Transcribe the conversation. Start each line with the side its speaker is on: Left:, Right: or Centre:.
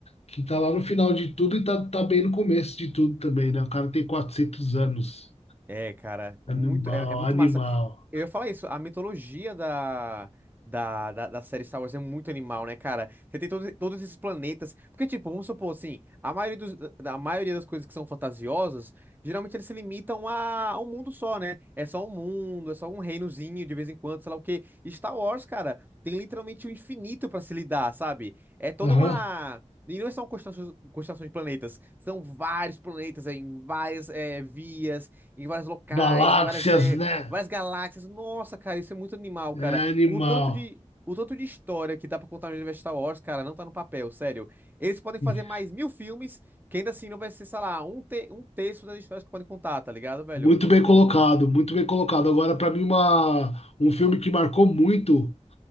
Left: que tá lá no final de tudo e tá, tá bem no começo de tudo também, né? O cara tem quatrocentos anos.
Right: É, cara,
Left: Animal,
Right: muito, é, é muito
Left: animal.
Right: massa. Eu ia falar isso, a mitologia da, da, da, da série Star Wars é muito animal, né, cara? Você tem todos, todos esses planetas. Porque, tipo, vamos supor assim, a maioria, dos, da a maioria das coisas que são fantasiosas, geralmente eles se limitam a, a um mundo só, né? É só um mundo, é só um reinozinho de vez em quando, sei lá o quê. E Star Wars, cara, tem literalmente o infinito pra se lidar, sabe? É toda
Left: Aham.
Right: uma. E não são constelações, constelações de planetas, são vários planetas é, em várias é, vias, em vários locais,
Left: Galáxias,
Right: em várias é,
Left: né?
Right: Várias galáxias. Nossa, cara, isso é muito animal,
Left: É
Right: cara.
Left: animal.
Right: O tanto de. O tanto de história que dá pra contar no universo Star Wars, cara, não tá no papel, sério. Eles podem
Left: E
Right: fazer mais mil filmes, que ainda assim não vai ser, sei lá, um, te um terço das histórias que podem contar, tá ligado, velho?
Left: Muito
Right: Muito
Left: bem colocado,
Right: louco.
Left: muito bem colocado. Agora, pra mim, uma, um filme que marcou muito